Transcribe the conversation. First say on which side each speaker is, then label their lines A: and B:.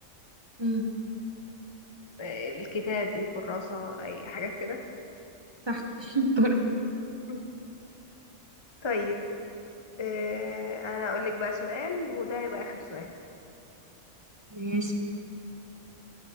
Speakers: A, on the right; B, on the left.
A: امم
B: آه، الكتاب الكراسة أي حاجات كده
A: صح <laughs> شطورة
B: <laughs> طيب آه، أنا أقولك بقى سؤال وده هيبقى آخر سؤال
A: ماشي